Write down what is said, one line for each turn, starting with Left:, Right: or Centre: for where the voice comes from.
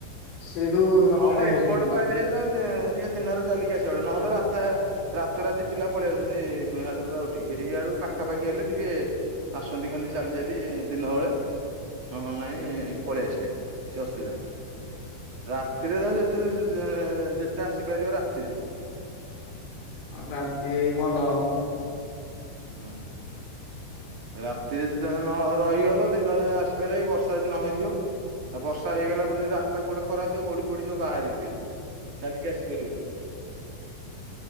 Left: ସେଇଠୁ ରକେଟ
Right: ହଁ ମ
Left: ହେଇ
Right: ଏପଟକୁ
Left: ଆସୁଛନ୍ତି ପିଲା
Right: ଆଇଲେ ହେରି ତମେ ଦିନରେ ଚାଲିକି ଆସିବ ହେରି ନହେଲେ ରାତେ ରାତି ରାତି ପିଲା ପଳେଇଆଉଛନ୍ତି ଇଆ ରେ ପୁରା ଉଠିକି ଏଇଆଡୁ ପାଖାପାଖି ହେଲେ ଟିକେ ଆସୁଛନ୍ତି ଖାଲି ଚାଲି ଚାଲି ଦିନବେଳେ। ନହେଲେ ନାଇଁ ପଳେଇ ଆସିବେ କିଛି ଅସୁବିଧା ନାହିଁ ରା ରାତିରେ ତମ ଯେତେ ଯେତେ ଆସିପାରିବ ରାତିରେ
Left: ଆଉ ରାତି ଭଲହବ।
Right: ହୁଁ। ରାତି ରେ ଯଦି ତମେ ନ ରହିଗଲ ଦିନରେ ଆସିପାରିବ ବର୍ଷା ଯଦି ନ ହେଇଥିବ। ଆଉ ବର୍ଷାଇଗଲା ପରେ ଯଦି ରାସ୍ତା ଗୋଟେ ଖରା ଥିବ ଗୋଡି ଫୋଡି ସବୁ ବାହାରିଥିବ। ଚାଲିକି ଆସିପାରିବନି।